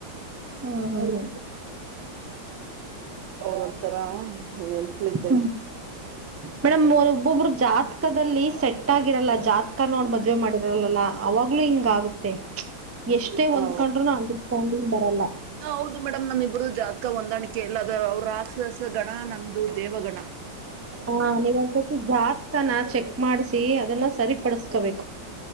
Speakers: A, on the right; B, on the right.
A: ಹಂ ಹಂ ಹಂ
B: ಅವರ ಒಂತರ ಮೆಂಟ್ಲ ಇದ್ದಂಗೆ.
A: ಹ್ಮ್ ಮೇಡಮ್ ಒಬ್ಬೊಬ್ರು ಜಾತಕದಲ್ಲಿ ಸೆಟ್ ಆಗಿರಲ್ಲ ಜಾತಕ ನೋಡ್ ಮದ್ವೆ ಮಾಡಿರಲ್ಲ ಅವಾಗೂ ಹಿಂಗ ಆಗುತ್ತೆ. ಎಷ್ಟೇ
B: ಹ
A: ಹೊಂದ್ಕೊಂಡ್ರುನು ಅಂಡರ್ಸ್ಟ್ಯಾಂಡಿಂಗ್ ಬರಲ್ಲ
B: ಹೌದು ಮೇಡಮ್ ನಮ ಇಬ್ಬುರ್ದು ಜಾತ್ ಕ್ಕ ಹೊಂದಾಣಿಕೆ ಇಲ್ಲ ಅದ್ರ ಅವ್ರ ರಾಕ್ಷಸ ಗಣ ನಂದು ದೇವಗಣ.
A: ಹ ನೀವು ಒಂದ್ಸತಿ ಜಾತ್ಕನಾ ಚೆಕ್ ಮಾಡ್ಸಿ ಅದನ್ನ ಸರಿಪಡಸ್ಕೋಬೇಕು.